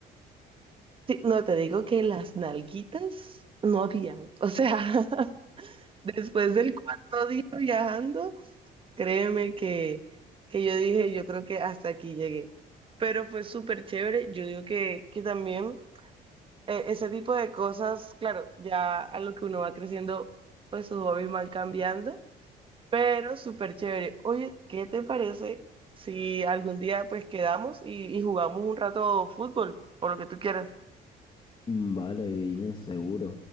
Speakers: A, on the right (about 30°); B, on the left (about 30°).
A: Sí, no, te digo que las nalguitas no habían, o sea... <laughs> Después del cuarto día viajando, créeme que, que yo dije, yo creo que hasta aquí llegué. Pero fue súper chévere. Yo digo que, que también eh, ese tipo de cosas, claro, ya a lo que uno va creciendo, pues sus hobbies van cambiando, pero súper chévere. Oye, ¿qué te parece si algún día pues quedamos y, y jugamos un rato fútbol o lo que tú quieras?
B: Mm, Vale, Inés, seguro.